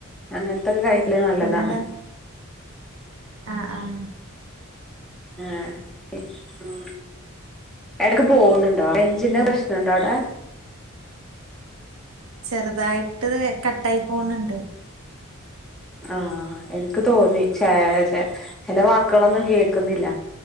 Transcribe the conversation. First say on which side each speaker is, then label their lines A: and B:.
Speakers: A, in the centre; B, on the right.
A: അങ്ങൻത്തൊക്കെ കഴിക്കണത് നല്ലതാണ്.
B: പിന്നെന്താ ആഹ് ആഹ്
A: ഏഹ് ഉം എടക്ക് പോവ്ന്നുണ്ടോ റേഞ്ചിന്റെ
B: പിന്നെ
A: പ്രശ്നുണ്ടോവിടെ?
B: ചെറുതായിട്ട് കട്ടായി പോന്ന്ണ്ട്
A: ആഹ് എനിക്ക് തോന്നി, ചെ ചെ ചിലവാക്കുകളൊന്നും കേൾക്കുന്നില്ല.